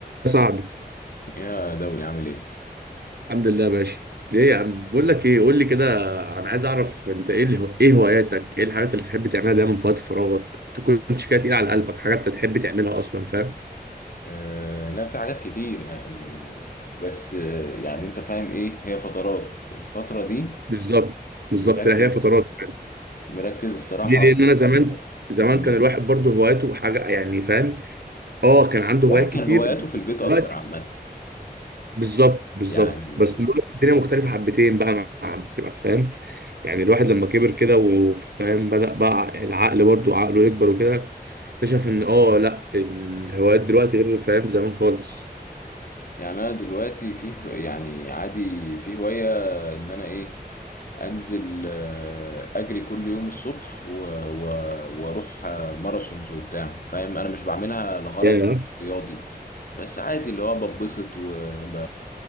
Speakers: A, on the right; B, on the left.
A: يا صاحبي
B: يا دولي عامل ايه؟
A: الحمد لله يا باشا ايه يا عم بقول لك ايه قول لي كده انا عايز اعرف انت ايه اللي هو ايه هواياتك ايه الحاجات اللي بتحب تعملها دايما في وقت فراغك تكونش كده تقيله على قلبك حاجات انت تحب تعملها اصلا فاهم
B: آه لا في حاجات كتير يعني بس آه يعني انت فاهم ايه هي فترات الفترة دي
A: بالظبط بالظبط
B: مركز
A: لا هي فترات فاهم
B: مركز الصراحة
A: ليه لان
B: في,
A: انا زمان
B: آه
A: زمان
B: في
A: كان الواحد برضه هواياته حاجه يعني فاهم اه كان عنده
B: الواحد
A: هوايات
B: كان
A: كتير
B: هواياته في البيت اكتر
A: دلوقتي
B: عامة
A: بالظبط بالظبط
B: يعني
A: بس دلوقتي الدنيا مختلفة حبتين بقى مع مع- بتبقى فاهم يعني الواحد لما كبر كده وفاهم بدأ بقى العقل برضو عقله يكبر وكده اكتشف ان اه لا الهوايات دلوقتي غير فاهم زمان خالص
B: يعني انا دلوقتي في هو- يعني عادي في هواية ان انا ايه انزل آه، اجري كل يوم الصبح و- و- واروح آه، ماراثونز وبتاع فاهم انا مش بعملها لغرض
A: يا
B: رياضي بس عادي اللي هو ببسط وب...